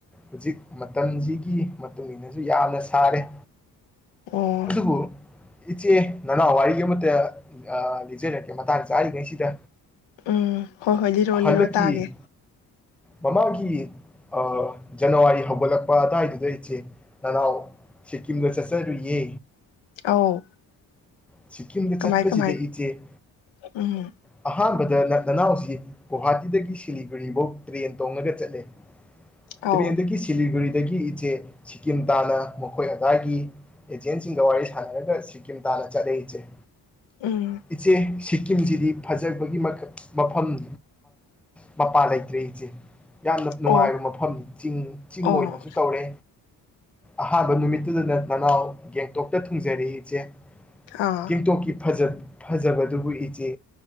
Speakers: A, in the centre; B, on the left.
A: ꯍꯧꯖꯤꯛ ꯃꯇꯝꯁꯤꯒꯤ ꯃꯇꯨꯡꯏꯟꯅꯁꯨ ꯌꯥꯝꯅ ꯁꯥꯔꯦ
B: ꯑꯣ
A: ꯑꯗꯨꯕꯨ ꯏꯆꯦ ꯅꯅꯥꯎ ꯋꯥꯔꯤ ꯑꯃꯇ ꯂꯤꯖꯔꯛꯀꯦ ꯃꯇꯥꯡ ꯆꯥꯔꯤꯉꯩꯁꯤꯗ
B: ꯎꯝ ꯍꯣꯏ ꯍꯣꯏ ꯂꯤꯔꯣ
A: ꯍꯟꯗꯛꯀꯤ
B: ꯂꯤꯔꯣ ꯇꯥꯒꯦ
A: ꯃꯃꯥꯡꯒꯤ ꯑꯥ ꯖꯅꯋꯥꯔꯤ ꯍꯧꯒꯠꯂꯛꯄ ꯑꯗꯨꯋꯥꯏꯗꯨꯗꯩ ꯏꯆꯦ ꯅꯅꯥꯎ ꯁꯤꯀꯤꯝꯗ ꯆꯠꯆꯔꯨꯏꯌꯦ
B: ꯑꯧ
A: ꯁꯤꯀꯤꯝꯗ ꯆꯠꯄꯁꯤꯗ
B: ꯀꯃꯥꯏ ꯀꯃꯥꯏ
A: ꯏꯆꯦ
B: ꯎꯝ
A: ꯑꯍꯥꯟꯕꯗ ꯅꯅꯥꯎꯁꯤ ꯒꯨꯍꯥꯇꯤꯗꯒꯤ ꯁꯤꯂꯤꯒꯨꯔꯤꯕꯧ ꯇ꯭ꯔꯦꯟ ꯇꯣꯡꯉꯒ ꯆꯠꯂꯦ
B: ꯑꯧ
A: ꯇ꯭ꯔ‌ꯦꯟꯗꯒꯤ ꯁꯤꯂꯤꯒꯨꯔꯤ ꯑꯗꯒꯤ ꯏꯆꯦ ꯁꯤꯀꯤꯝ ꯇꯥꯟꯅ ꯃꯈꯣꯏ ꯑꯗꯥꯏꯒꯤ ꯑꯦꯖꯦꯟꯁꯤꯡꯒ ꯋꯥꯔꯤ ꯁꯥꯟꯅꯔꯒ ꯁꯤꯀꯤꯝ ꯇꯥꯟꯅ ꯆꯠꯂꯦ ꯏꯆꯦ
B: ꯎꯝ
A: ꯏꯆꯦ ꯁꯤꯀꯤꯝꯁꯤꯗꯤ ꯐꯖꯈ꯭ꯔꯕꯒꯤ ꯃꯈꯜ ꯃꯐꯝ ꯃꯄꯥꯟ ꯂꯩꯇ꯭ꯔꯦ ꯏꯆꯦ ꯌꯥꯝꯅ ꯅꯨꯡꯉꯥꯏꯕ
B: ꯑꯣ
A: ꯃꯐꯝꯅꯤ ꯆꯤꯡ ꯆꯤꯡ
B: ꯑꯣ
A: ꯑꯣꯏꯅꯁꯨ ꯇꯧꯔꯦ ꯑꯍꯥꯟꯕ ꯅꯨꯃꯤꯠꯇꯨꯗ ꯅꯅꯥꯎ ꯒꯦꯡꯇꯣꯛꯇ ꯊꯨꯡꯖꯔꯦ ꯏꯆꯦ
B: ꯑꯥ
A: ꯒꯦꯡꯇꯣꯛꯀꯤ ꯐꯖ ꯐꯖꯕꯗꯨꯕꯨ ꯏꯆꯦ